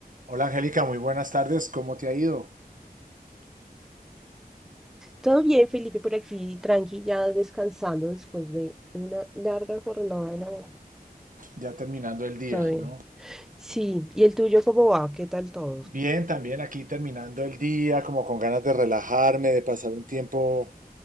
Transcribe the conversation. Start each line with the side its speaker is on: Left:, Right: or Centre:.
Right: Hola Angélica, muy buenas tardes. ¿Cómo te ha ido?
Centre: Todo bien, Felipe, por aquí, tranqui, ya descansando después de una larga jornada de labor.
Right: Ya terminando el día,
Centre: Todo bien.
Right: ¿no?
Centre: Sí, ¿y el tuyo cómo va? ¿Qué tal todo?
Right: Bien, también aquí terminando el día, como con ganas de relajarme, de pasar un tiempo,